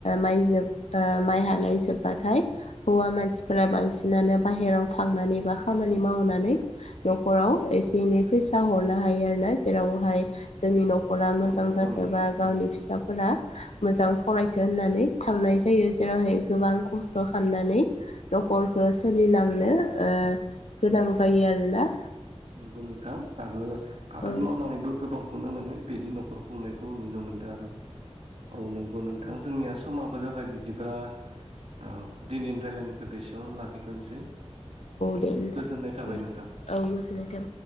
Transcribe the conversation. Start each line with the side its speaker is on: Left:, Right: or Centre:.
Left: माइ जोब ओ माय हानाय जोबबाथाय हौवा मानसिफोरा बांसिनानो बाहेराव थांनानै बा खामानि मावनानै न'खराव एसे एनै फैसा हरनो हायो आरोना जेरावहाय जोंनि न'खर नख'रा मोजां
Right: औ नंगौ
Left: जाथोबा
Right: नोंथां थारैनो
Left: गावनि फिसाफोरा मोजां फरायथों होननानै थांनाय जायो जेरावहाय गोबां खस्थ' खामना नानै नख'रखौ सोलिलांनो ओ गोनां जायो आरोना।
Right: नंगौ नोंथां आरो आबाद
Left: औ
Right: मावनानैबो गोबां खौनो माने बिदि न'खर खुंनायखौ नुनो मोन्दों आरो औ नंगौ नोंथां। जोंनिया समाबो जाबाय बिदिबा औ दिनैनि रायलायनाय एसेयावनो लाखिथ'नोसै औ
Left: दे नोंथां
Right: गोजोननाय थाबाय
Left: औ
Right: नोंथां।
Left: गोजोननाय थाबाय